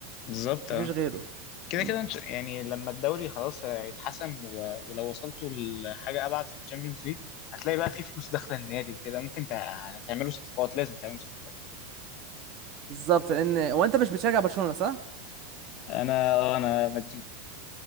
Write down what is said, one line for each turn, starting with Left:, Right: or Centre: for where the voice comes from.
Left: بالظبط
Right: مفيش
Left: اه
Right: غيره
Left: كده
Right: مم.
Left: كده إن شاء- يعني لما الدوري خلاص يتحسم و- ولو وصلتوا لحاجه ابعد في الشامبيونز ليج هتلاقي بقى في فلوس داخله النادي وكده ممكن تع- تعملوا صفقات لازم تعملوا صفقات
Right: بالظبط لان هو انت مش بتشجع برشلونه صح؟
Left: انا آه، انا مدريد